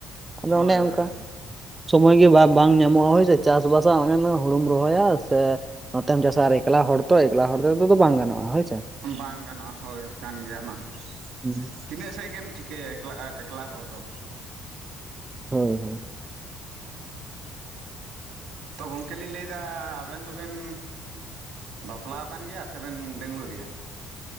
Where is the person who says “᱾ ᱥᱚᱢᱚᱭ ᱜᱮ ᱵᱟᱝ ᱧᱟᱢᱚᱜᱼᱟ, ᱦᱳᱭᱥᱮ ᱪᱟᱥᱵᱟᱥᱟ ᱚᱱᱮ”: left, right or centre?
Right